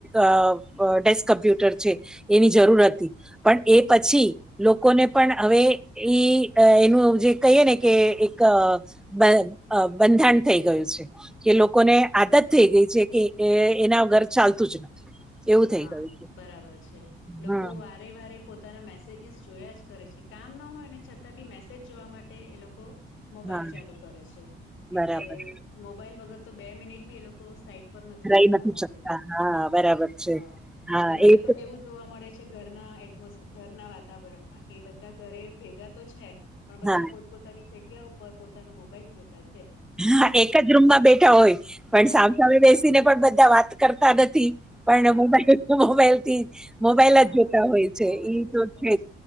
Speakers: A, in the centre; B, on the left.
A: અ અડેસ્ક કમ્પ્યુટર છે એની જરૂર હતી પણ એ પછી લોકોને પણ હવે ઈ અ એનું જે કહીએ ને કે એક બ અ બંધાણ થઈ ગયું છે. કે લોકોને આદત થઈ ગઈ છે કે એ એના ઘર ચાલતું જ નથી. એવું થઈ
B: હા,
A: ગયું છે
B: બરાબર છે લોકો
A: હા
B: વાત રવિવારે પોતાના મેસેજસ જોયા જ કરે છે કામ ન હોય ને છતાં બી મેસેજ જોવા માટે એ લોકો મોબાઈલ
A: હા
B: ચાલુ કરે છે. એટલે
A: બરાબર
B: મોબાઈલ વગર તો બે મિનિટ બી એ લોકો સાઈટ પર નથી
A: રહી
B: મુકતા મોબાઈલ
A: શકતા હા, બરાબર. છે
B: હા,
A: હા
B: અને હવે
A: એ
B: તો એવું જ જોવા મળે છે. ઘરના એટમોસ ઘરના વાતાવરણમાં કે બધા ઘરે ભેગા તો છે. પણ બધા
A: હા
B: પોતપોતાની જગ્યા ઉપર પોતાનું મોબાઈલ જોતા છે.
A: હા,
B: અ
A: એક જ રૂમમાં બેઠા હોય પણ
B: હા
A: સામ સામે બેસીને પણ બધા વાત કરતા નથી. પણ
B: હા
A: મોબાઈલ મોબાઈલ થી મોબાઈલ
B: હા
A: જ જોતા હોય છે
B: મોબાઈલ
A: ઈ તો
B: જોતા
A: છે
B: હોય
A: જ.